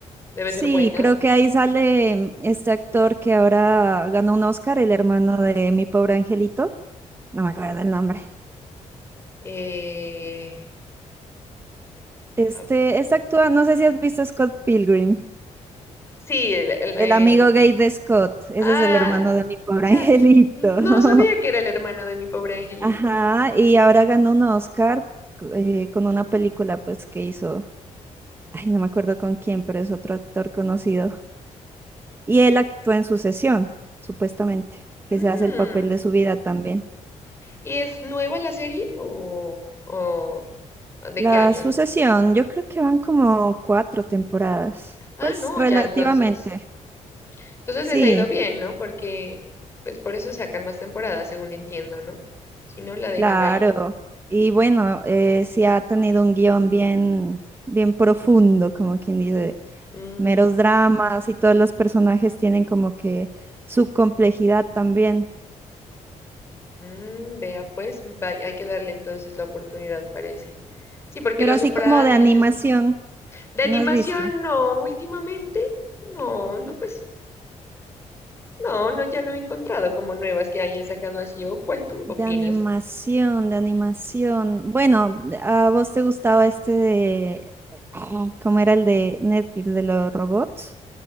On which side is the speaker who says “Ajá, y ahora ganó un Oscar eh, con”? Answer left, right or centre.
Right